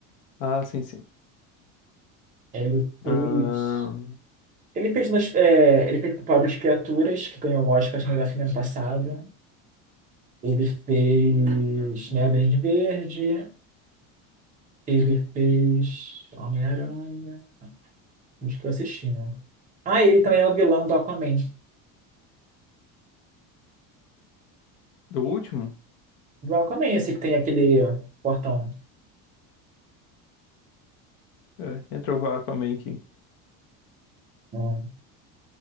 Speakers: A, on the left; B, on the right.
A: Ah, sim, sim.
B: ele fez.
A: Ahn,
B: Ele fez, nas, é, ele fez Pobres Criaturas, que ganhou o Oscar acho que no melhor filme ano passado. Ele fez, né, Grande Verde. Ele fez Homem-Aranha. Acho que eu assisti, né? Ah, ele também é o vilão do Aquaman.
A: do último?
B: Do Aquaman, esse que tem aquele portão.
A: É, entrou com a Aquaman aqui.
B: Hum,